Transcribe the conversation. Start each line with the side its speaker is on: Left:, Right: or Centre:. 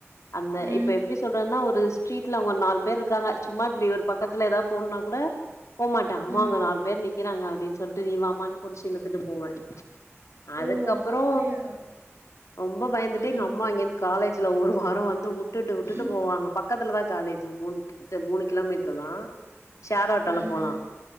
Left: அந்த
Right: ம்.
Left: இப்ப எப்பிஸ் சொல்றன்னா ஒரு ஸ்ட்ரீட்லங்க நால் பேர் இர்க்காங்க சும்மா இப்டி ஒரு பக்கத்துல ஏதாவது போணுன்னா குட ட அம்மா
Right: ம்.
Left: அவங்க நாலு பேர் நிக்கிறாங்க அப்டின் சொல்ட்டு நீவான்னு புடிச்சி இழுத்துட்டு போவ அதுக்கபறொ
Right: ஓ! அப்படியா?
Left: ரொம்ப பயந்துட்டு
Right: ம்.
Left: எங்க அம்மா அங்கேர்ந்து காலேஜ்ஜுல்ல ஒரு வாரொ வந்து வுட்டுட்டு வுட்டுட்டு
Right: ம்.
Left: போவாங்க பக்கத்துலதா காலேஜ்ஜு மூண் ட்ட மூணு கிலோமீட்டர்தா ஷேர்ஆட்டோல
Right: ம்.
Left: போலா
Right: ம்.